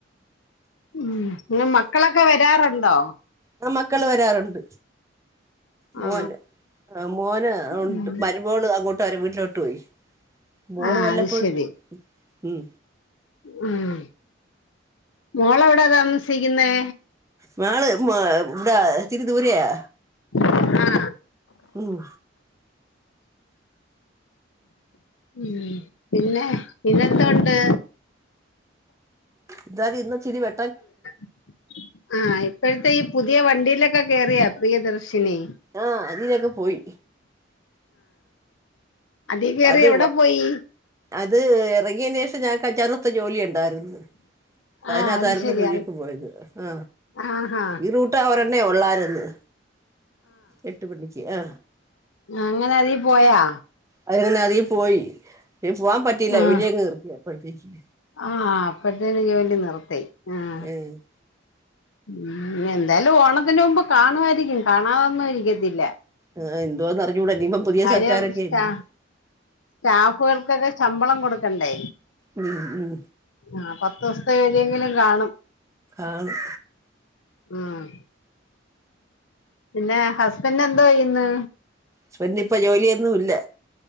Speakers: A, on the left (about 80°); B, on the right (about 15°).
A: ഉം പിന്നെ മക്കളൊക്കെ വരാറുണ്ടോ
B: ആ മക്കള് വരാറുണ്ട് മോന്
A: ആ
B: ആ മോന് ഉണ്ട്
A: ഉം.
B: മരുമോൾ അങ്ങോട്ട് അവരെ വീട്ടിലോട്ട് പോയി മോൾ
A: ആ
B: വല്ലപ്പോയും
A: അത് ശരി
B: ഉം
A: ഉം മോളെവിടെ താമസിക്കുന്നെ
B: മാൾ ഉം വ്ട ഇത്തിരി ദൂരയാ
A: ആഹ്
B: ഉം
A: ഉം പിന്നെ പിന്നെ എന്തൊണ്ട്
B: എന്നാലും ഇന്ന് ഇച്ചിരി വെ
A: <unintelligible> ആ ഇപ്പൊഴത്തെ ഈ പു പുതിയ വണ്ടിയിലൊക്കെ കേയറിയാ പ്രിയദർശിനി
B: ആ അതിലൊക്കെ പോയി
A: അതി കേറി
B: അത്
A: എവ്ടെ പോയി
B: അത് ഇറങ്ങിയന് ശേഷം ഞങ്ങക്ക് അഞ്ചാറുസ്തെ ജോലി ഉണ്ടായിരുന്നു പ്പം
A: ആഹ്
B: അതിനകത്തായിരുന്നു
A: അത് ശരിയാ
B: പുഴൂക്ക് പോയത് ആ
A: ആഹാ
B: ഈ റൂ ട്ട് അവർന്നെ ഒള്ളാരുന്ന് എട്ട് മണിക്ക് ആ
A: അങ്ങനവാടി പോയാ
B: അത് പിന്നെ അതീ പോയി പോവാൻ പറ്റീല്ല
A: ആഹ്
B: ഒലിയങ്ങ് നിർത്തി അപ്പോഴ്ത്തേക്ക്
A: ആഹ് അപ്പഴത്തേനും ജോലി നിർത്തി ആഹ്
B: ഉം
A: ഉം എന്തായാലും ഓണത്തിന്റെ മുമ്പ് കാണുവായിരിക്കും കാണാതൊന്നും ഇരിക്കത്തില്ല
B: ആ എന്തോന്ന് അറിഞ്ഞുകൂടാ ഇനിയിപ്പൊ പുതിയ
A: കാര്യം
B: സർക്കാരൊക്കെ
A: സ്റ്റാ
B: അല്ലെ
A: സ്റ്റാഫുകൾക്കൊക്കെ ശമ്പളം കൊടുക്കണ്ടെ
B: ഉം ഉം
A: ആ പത്ത് സ് പ്പ ഏതെങ്കിലും കാണും
B: ആഹ്
A: ആഹ് പിന്നെ ഹസ്ബൻഡ് എന്തോയ്യ്ന്ന്
B: സ്ബൻഡ് ഇപ്പോ ജോലിയൊന്നും ഇല്ല